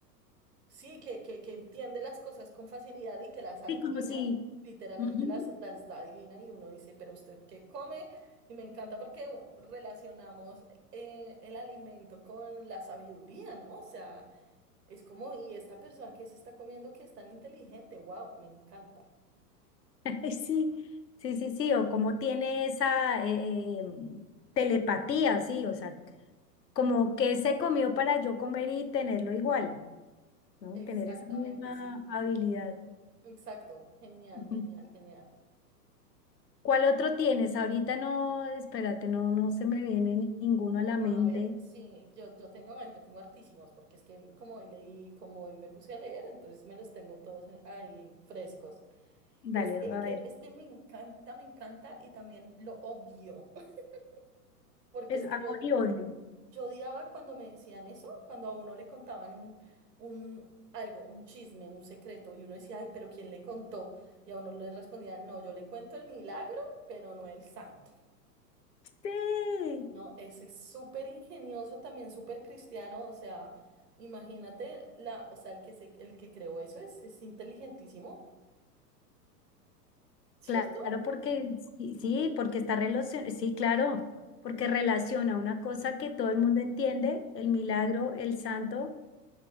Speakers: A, on the right; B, on the left.
A: sí, que, que, que entiende las cosas con facilidad y que las adivina,
B: Sí, como si.
A: literalmente
B: ujú.
A: las, las da adivina y uno dice, pero usted qué come, y me encanta porque u- relacionamos eh, el alimento con la sabiduría, ¿no? O sea, es como, y esta persona que se está comiendo que es tan inteligente, wow, me encanta.
B: <laughs> sí, sí, sí, sí. O como tiene esa eh, eh, em, telepatía, sí. O sea, como que se comió para yo comer y tenerlo igual, ¿no?
A: Exactamente,
B: Tener esa misma
A: sí.
B: habilidad.
A: Exacto, genial,
B: Ujú.
A: genial, genial.
B: ¿Cuál otro tienes? Ahorita no, espérate, no, no se me viene ninguno a la
A: A
B: mente.
A: ver, sí, yo, yo tengo, yo tengo hartísimos, porque es que como hoy leí, como hoy me puse a leer, entonces me los tengo todos en- ahí frescos. Es
B: Dale,
A: el
B: a
A: que
B: ver.
A: este me encanta, me encanta y también lo odio, <laughs> porque
B: Es
A: es
B: amor
A: que yo,
B: y odio.
A: yo odiaba cuando me decían eso, cuando a uno le contaban un, un algo, un chisme, un secreto, y uno decía, ay, pero ¿quién le contó? Y a uno le respondían, no, yo le cuento el milagro, pero no el santo.
B: Sí,
A: No, ese es súper ingenioso también, súper cristiano, o sea, imagínate la, o sea, el que se, el que creó eso es, es inteligentísimo, ¿cierto?
B: claro, porque sí, sí, porque está relacionado, sí, claro, porque relaciona una cosa que todo el mundo entiende, el milagro, el santo,